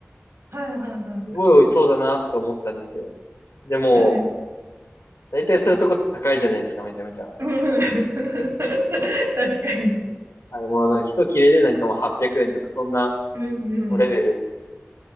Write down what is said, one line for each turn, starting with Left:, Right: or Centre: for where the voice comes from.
Right: はい、はい、はい。
Left: すごい美味しそうだなって思ったんですよ。でも、
Right: はい。
Left: だいたいそういうとこって高いじゃないですか、めちゃめちゃ。
Right: うん <laughs> 確かに。
Left: うんはい、もうあの、一切れでなんかもう800円とかそんな、
Right: うんうん。
Left: もうレベル。